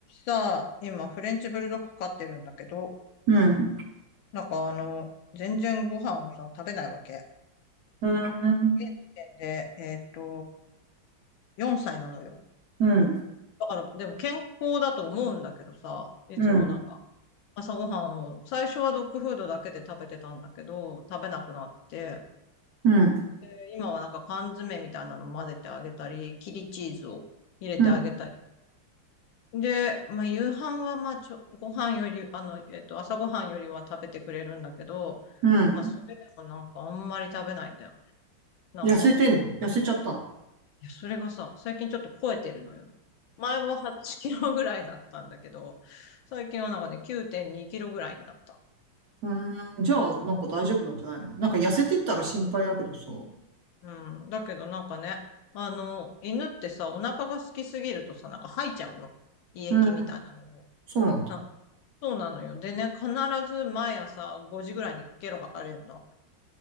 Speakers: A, on the left (about 85°); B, on the right (about 55°).
A: さ、今、フレンチブルドッグ飼ってるんだけど、
B: うん。
A: なんかあの、全然ご飯をさ、食べないわけ。
B: うーん。
A: 現時点で、えっと、4歳なのよ。
B: うん。
A: だから、でも健康だと思うんだけどさ、いつもなんか、
B: うん。
A: 朝ごはんを、最初はドッグフードだけで食べてたんだけど、食べなくなって、
B: うん。
A: で今はなんか缶詰みたいなの混ぜてあげたり、切りチーズを入れてあげたり。
B: うん。
A: で、まあ、夕飯は、まあ、ちょ、ご飯より、あの、えっと、朝ご飯よりは食べてくれるんだけど、
B: うん。
A: まあ、それでもなんか、あんまり食べないんだよね。なんか、
B: 痩せてんの痩せちゃったの
A: いや、それがさ、最近ちょっと超えてるのよ。前は8キロぐらいだったんだけど、最近はなんかね、9.2キロぐらいになった。
B: うーん。じゃあ、なんか大丈夫なんじゃないのなんか痩せてったら心配だけどさ。
A: うん。だけどなんかね、あの、犬ってさ、お腹が空きすぎるとさ、なんか吐いちゃうの。胃液みたいなのを。
B: うん。そうなんだ。
A: なんそうなのよ。でね、必ず毎朝5時ぐらいにゲロ吐かれるの。